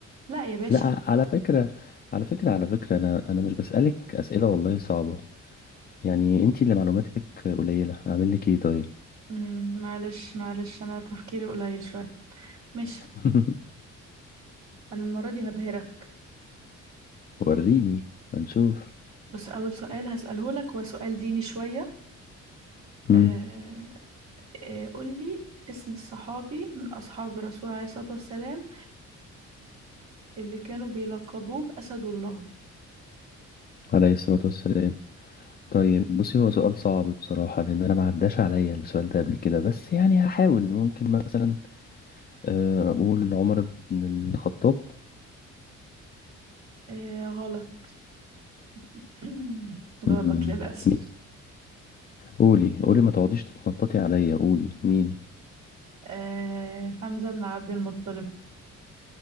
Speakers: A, on the right (about 65°); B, on the left (about 30°).
A: لا يا باشا
B: لا على فكرة على فكرة على فكرة انا انا مش بسألك اسئلة والله صعبة يعني انت اللي معلوماتك قليلة اعمل لك ايه طيب
A: امم معلش معلش انا تفكيري قليل شويه ماشي
B: <laughs>
A: انا المره دي هبهرك
B: وريني هنشوف
A: بس أول سؤال هسأله لك هو سؤال ديني شوية
B: امم
A: آه آه قول لي اسم الصحابي من أصحاب الرسول عليه الصلاة والسلام اللي كانوا بيلقبوه بأسد الله
B: عليه الصلاة والسلام طيب بصي هو سؤال صعب بصراحة لأن أنا ما عداش عليا السؤال ده قبل كده بس يعني هحاول ممكن مثلا آه، أقول عمر بن الخطاب
A: آه غلط <clears throat> <laughs> غلط
B: مم،
A: للأسف
B: مين قولي قولي ما تقعديش تتنططي عليا قولي مين
A: آه حمزة بن عبد المطلب